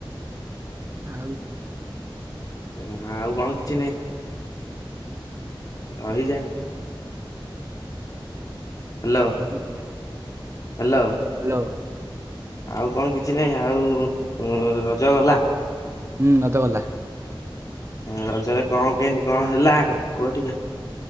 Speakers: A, on the right; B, on the left.
A: ଆଉ କିଛି ନାଇ।
B: ହ ଆଉ କଣ କିଛି ନାଇଁ? ରହିଯା। Hello
A: <unintelligible> hello
B: hello
A: hello.
B: ଆଉ କଣ କିଛି ନାହିଁ ଆଉ ରଜ ଗଲା।
A: ହୁଁ ନତ ଗଲା।
B: ରଜରେ କଣ କେମିତି କଣ ହେଲା କୁହ ଟିକେ।